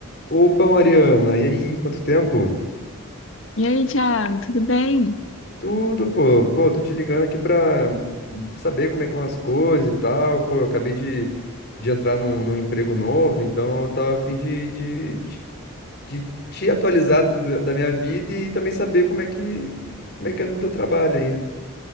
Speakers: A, on the left; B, on the left.
A: Opa, Mariana, e aí, quanto tempo?
B: E aí, Thiago, tudo bem?
A: Tudo, pô, pô, tô te ligando aqui pra saber como é que são as coisas e tal, pô, eu acabei de, de entrar num, num emprego novo, então eu tava a fim de, de, de, de te atualizar do- da da minha vida e também saber como é que, como é que é no teu trabalho aí.